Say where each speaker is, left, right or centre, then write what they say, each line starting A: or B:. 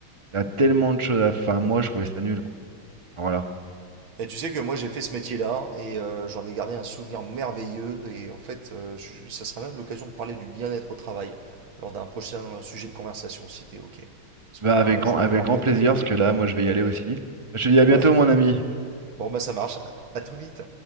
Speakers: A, on the right (about 20°); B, on the right (about 70°).
A: il y a tellement de choses à faire. Moi, je trouvais ça nul, quoi. Enfin, Voilà.
B: Et tu sais que moi j'ai fait ce métier-là et euh, j'en ai gardé un souvenir merveilleux et en fait euh, je- ça sera même l'occasion de parler du bien-être au travail lors d'un prochain sujet de conversation si t'es ok. Parce
A: Bah
B: que là
A: avec
B: euh,
A: grand,
B: je vais
A: avec
B: devoir
A: grand
B: bientôt
A: plaisir,
B: décoller.
A: parce que là, moi, je vais y aller aussi. Je te dis à
B: Ouais,
A: bientôt, mon ami.
B: bon bah ça marche, à à tout vite.